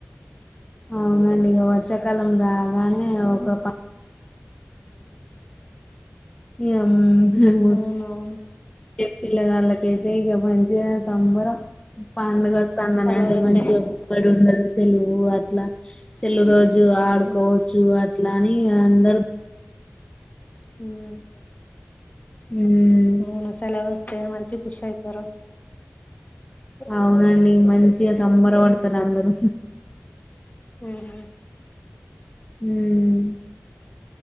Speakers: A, on the left; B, on the left.
A: అవునండి వర్షాకాలం రాగానే ఒక ప ఏం మ్మ్
B: అవునవును
A: పిల్లగాళ్లకైతే ఇక మంచిగా చూస్ సంబరం పండుగ వస్తుందని
B: సెలవులు
A: అంటే
B: వస్తాయని
A: మంచిగ బడి ఉండదు సెలువు అట్లా సెలువు రోజు చ్చు ఆడుకోవచ్చు
B: హ్మ్
A: తినాలి ఇగ అందరూ
B: మ్మ్
A: ఉమ్
B: మ్మ్ సెలవులొస్తాయని మంచిగా ుష అయితార
A: అవునండి మంచిగా సంబర పడతారు అందరూ
B: మ్మ్ హు
A: హమ్